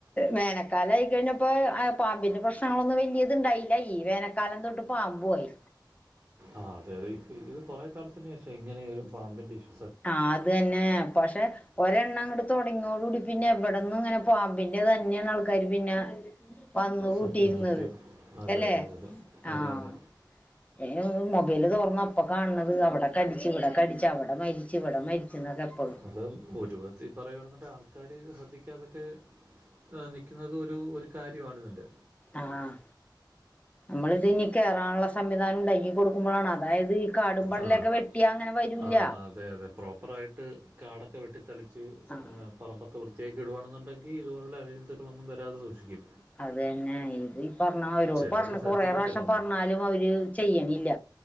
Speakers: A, on the left; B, on the right.
A: വേനക്കാലം ആയി കഴിഞ്ഞപ്പോ ആ പാമ്പിന്റെ പ്രശ്നങ്ങളൊന്നും വലിയത് ഉണ്ടായില്ല ഈ വേനക്കാലം തൊട്ട് പാമ്പുവായി
B: ആഹ് അതെ അതെ ഇപ്പ ഇത് കുറേ കാലത്തിന് ശേഷവാ ഇങ്ങനെ ഒരു പാമ്പിൻ്റെ ഇഷൂ
A: അഹ് അത് തന്നെ പക്ഷെ ഒരെണ്ണം അങ്ങട് തുടങ്ങിയോട് കൂടി പിന്നെ എവിടന്നും ഇങ്ങനെ പാമ്പിന്റെ തന്നെയാണ് ആൾക്കാര് പിന്നെ വന്ന് കൂട്ടിയിരുന്നത്
B: സത്യം സത്യം അതെ
A: അല്ലെ
B: അതെ അതെ
A: ആഹ്
B: അതെ അതെ
A: ഏ മൊബൈല് തൊറന്ന അപ്പൊ കാണുന്നത് അവിടെ കടിച്ചു ഇവിടെ കടിച്ചു അവിടെ മരിച്ചു ഇവിടെ മരിച്ചു എന്നൊക്കെ എപ്പഴും
B: അത് ഒരുവിധത്തിൽ പറയുവാണെന്നുണ്ടെങ്കിൽ ആൾക്കാര് ശ്രദ്ധിക്കാതൊക്കെ ആ നിക്കുന്നുന്നത് ഒരു ഒരു കാര്യമാണ് ഇതിന്റെ
A: ആഹ് നമ്മളിത് ഇനി കയറാനുള്ള സംവിധാനം ഉണ്ടാക്കി കൊടുക്കുമ്പോഴാണ് അതായത് കാടും പടലൊക്കെ
B: അഹ് ആഹ്
A: വെട്ടിയാ അങ്ങനെ വരൂല്ല
B: ആ അതെ അതെ പ്രോപ്പറായിട്ട് കാടൊക്കെ വെട്ടി തെളിച്ച്
A: ആഹ്
B: പറമ്പെക്കെ വൃത്തിയാക്കി ഇടുവായാണെന്നുണ്ടെങ്കിൽ ഇതുപോലുള്ള ഇഴജെന്തുക്കളൊന്നും വരാതെ സൂക്ഷിക്കും
A: അത് തന്നെ ഇത് ഈ പറഞ്ഞ അവരോട്
B: ചിലർ
A: പറഞ്ഞ
B: ശ്രദ്ധിക്കത്തില്ലെന്നേ
A: കൊറേ പ്രവിശ്യം പറഞ്ഞാലും അവര് ചെയ്യണില്ല